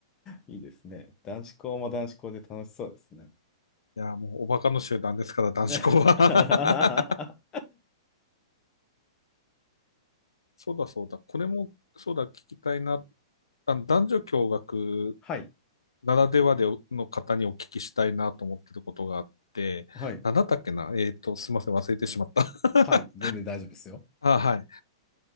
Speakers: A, on the left; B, on the left.
A: い。いいですね。男子校も男子校で楽しそうですね。
B: いや、もうおバカの集団ですから、男子校は。
A: <laughs> は
B: <laughs> そうだそうだ。これも、そうだ、聞きたいな。あの男女共学
A: い。
B: ならではでの方にお聞きしたいなと思ってることがあって、
A: はい。
B: なんだったっけなえっと、すいません、忘れてしまった。<laughs>
A: はい。全然大丈夫ですよ。
B: あ、はい。